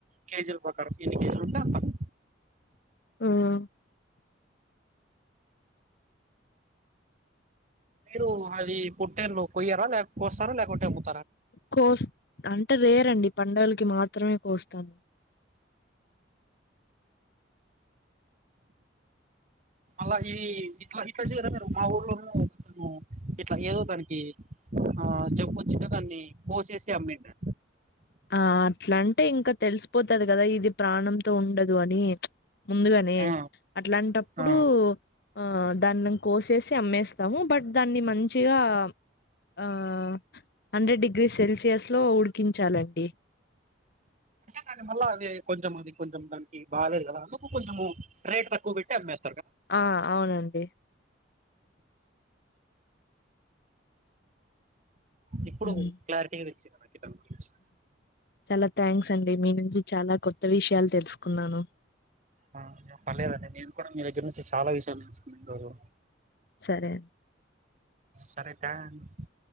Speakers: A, on the right; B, on the left.
A: కేజిలా ప్రకారం ఎన్ని కేజిలు ఉంటే అంత <inaudible>
B: హ్మ్.
A: మీరు అది పుట్టేళ్లు కొయ్యారా లేక కోస్తారా ల్యాకుంటే అమ్ము
B: కోస్త్ అంటే రేర్ అండి పండుగలకి మాత్రమే కోస్తాను. <inaudible>
A: మళ్ళా ఈ ఇట్లా ఇట్లా చియరా <unintelligible> మా ఊర్లోనూ అను ఇట్లా ఏదో దానికి ఆ జబ్బు వచ్చింటే దాన్ని కోసేసి అమ్మిండ్య
B: ఆ అట్లాంటే ఇంకా తెలిసిపోతది కదా ఇది ప్రాణంతో ఉండదు అని చ్ ముందుగానే
A: ఆ
B: అట్లాంటప్పుడు
A: ఆ
B: ఆ దాన్ని కోసేసి అమ్మేస్తాము బట్ దాన్ని మంచిగా ఆ హండ్రెడ్ డిగ్రీస్ సెల్సియస్ లో ఉడికించాలండి డి
A: కాని మళ్ళీ అది కొంచెం అది కొంచెం దానికి బాగాలేదు కదా అందుకు కొంచెము రేట్ తక్కువ పెట్టి అమ్మారు
B: ఆ అవునండి
A: ఇప్పుడు
B: హ్మ్.
A: క్లారిటీగా తెచ్చింది నాకు దాని గురించి
B: చాలా థ్యాంక్స్ అండి మీను చి చాలా కొత్త విషయాలు తెలుసుకున్నాను
A: ఆ, పర్లేదండి నేను కూడా మీ దగ్గర నుంచి చాలా విషయాలు తెలుసుకున్న ఈ రోజు
B: సరే అండి
A: సరే థ్యాంక్